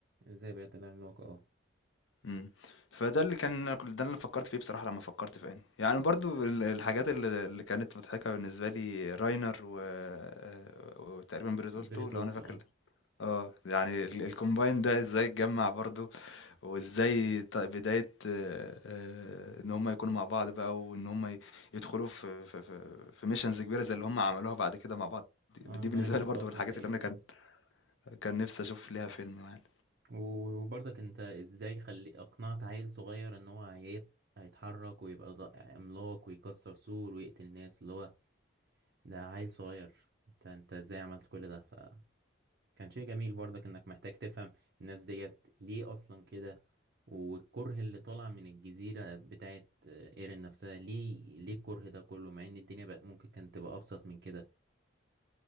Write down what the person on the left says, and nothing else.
إمم. فده اللي كان ك ده اللي انا فكّرت فيه بصراحة لمّا فكّرت في أني. يعني برضه ال الحاجات ال اللي كانت مضحكة بالنسبة لي راينر و آآ وتقريبًا بريتولتو
لو أنا فاكر
آه. يعني ال الcombine ده إزاي اتجمّع برضه وإزاي ت بداية آآ إن هم يكونوا مع بعض بقى وإن هم ي يدخلوا في في في في missions كبيرة زي اللي هم عملوها بعد كده مع بعض. دي
دي
بالنسبة
لي برضه من الحاجات
اللي أنا كان
كان نِفْسي أشوف ليها فيلم يعني.